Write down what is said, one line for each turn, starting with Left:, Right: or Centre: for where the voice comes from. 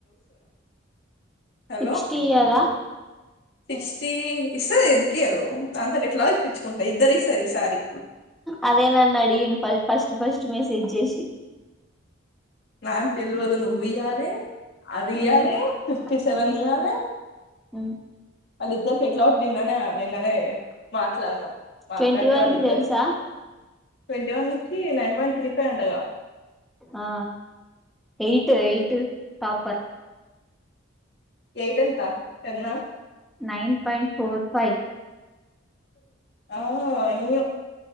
Left: హలో
Centre: సిక్స్టీ ఇయ్యదా
Left: సిక్స్టీ ఇస్తది ఎందుకియదు దాంతోని ఎట్లాగో ఇప్పించుకుంటా ఇద్దరు ఇస్తారు ఈ సారి
Centre: అదే నన్ను అడిగిండు ఫస్ట్ ఫస్ట్ మెసేజ్ చేసి
Left: నాకు తెల్వదు నువ్ వియ్యాలే అదియాలే
Centre: మ్మ్
Left: ఫిఫ్టీ సెవెన్
Centre: మ్మ్
Left: ఇయ్యాలే
Centre: మ్మ్
Left: వాళ్ళిద్దర్కి ఎట్లా <unintelligible> నిన్ననే మాట్లాడ్నం. మాట్లాడ్తే
Centre: ట్వంటీ వన్
Left: వాళ్ళిద్దర్కి
Centre: కి తెలుసా
Left: ట్వంటీ వన్కి నైన్ పాయింట్ త్రీ ఫైవ్ అంటగా
Centre: ఆ ఎయిట్ ఎయిట్ టాపర్
Left: ఎయిట్ ఎంత టెన్నా
Centre: నైన్ పాయింట్ ఫోర్ ఫైవ్
Left: అవును ఇయు